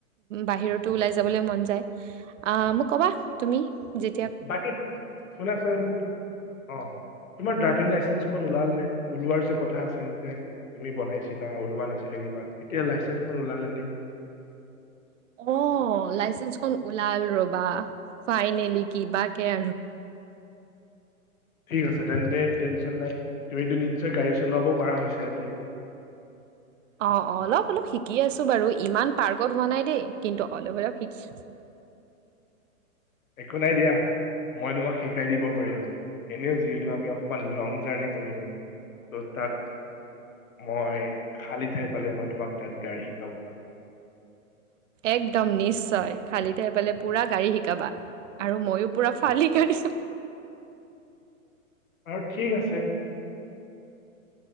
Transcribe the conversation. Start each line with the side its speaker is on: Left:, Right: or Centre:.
Right: বাহিৰতো ওলাই যাবলৈ মন যায় আহ মোক কবা তুমি যে
Left: বাকী শুনাচোন অ তোমাৰ ড্ৰাইভিং লাইচেঞ্চ খন উলাল নে ওলোৱাৰ যে কথা আছিল যে তুমি বনাইছিলা ওলোৱা নাছিলে কিবা এতিয়া লাইচেন্স খন ওলালে নে?
Right: অ লাইচেঞ্চখন ওলাল ৰবা! ফাইনেলি কিবাকে আৰু।
Left: ঠিক আছে তেন্তে টেনচন নাই, তুমিতো নিশ্চয় গাড়ী চলাব পৰা হৈছা এতিয়া? <inaudible>
Right: অ অ অলপ অলপ শিকি আছো বাৰু ইমান পাৰ্গত হোৱা নাই দেই কিন্তু অলপ অলপ শিকি আছোঁ।
Left: একো নাই দিয়া। মই তোমাক শিকাই দিব পাৰিম, এনেও যিহেতু আমি অকমান লং জাৰ্ণি কৰিম। ত' তাত মই খালি ঠাই পালে মই তোমাক তাত গাড়ী শিকাব পাৰোঁ।
Right: একদম নিশ্চয়, খালী ঠাই পালে পুৰা গাড়ী শিকাবা আৰু মইও পুৰা ফালি গাড়ী চলাম।
Left: আৰু ঠিক আছে।